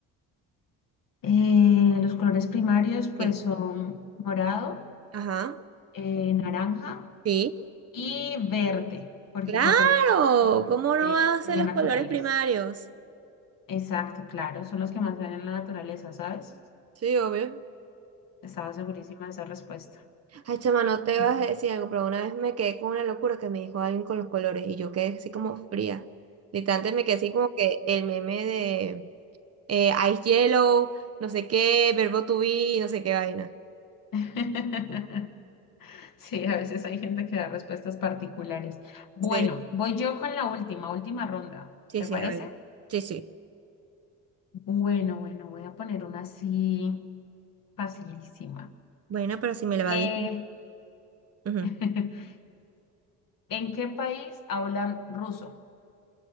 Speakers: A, on the left; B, on the right.
A: Eh, los colores primarios pues
B: Sí.
A: son morado,
B: Ajá.
A: eh, naranja
B: Sí.
A: y verde, porque
B: Claro.
A: pues son los que más
B: ¿Cómo
A: se
B: no
A: ven
B: vas a
A: en
B: ser
A: la
B: los
A: naturaleza.
B: colores primarios?
A: Exacto, claro, son los que más se ven en la naturaleza, ¿sabes?
B: Sí, obvio.
A: Estaba segurísima de esa respuesta.
B: Ay, chama, no te
A: Sí,
B: vas a decir algo, pero una vez me quedé con una locura que me dijo alguien con los colores y yo quedé así como fría. Literalmente me quedé así como que el meme de eh, Ice Yellow, no sé qué, verbo to be, no sé qué vaina.
A: <laughs> Sí, a veces hay gente que da respuestas particulares. Bueno,
B: Sí,
A: voy yo con la última, última ronda,
B: Sí,
A: ¿te
B: sí,
A: parece?
B: a ver. Sí, sí.
A: Bueno, bueno, voy a poner una así facilísima.
B: Bueno, pero si me la
A: Eh,
B: di. Ujú.
A: <laughs> ¿En qué país hablan ruso?